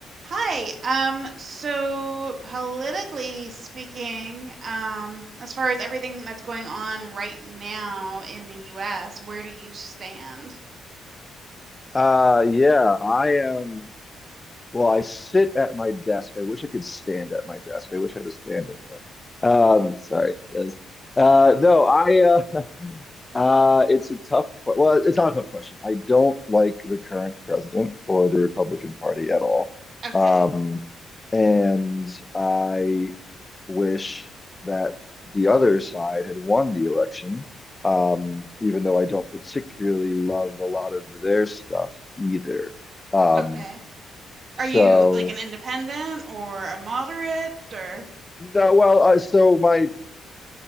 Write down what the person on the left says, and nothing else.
Uh, yeah, I am. Well, I sit at my desk. I wish I could stand at my desk. I wish I had a standing desk. Um, sorry. That's- uh, no, I. Uh, <laughs> uh, it's a tough. que- Well, it's not a tough question. I don't like the current president or the Republican Party at all.
Um, and I wish that the other side had won the election. Um, even though I don't particularly love a lot of their stuff either. Um,
so
no, well, uh, so my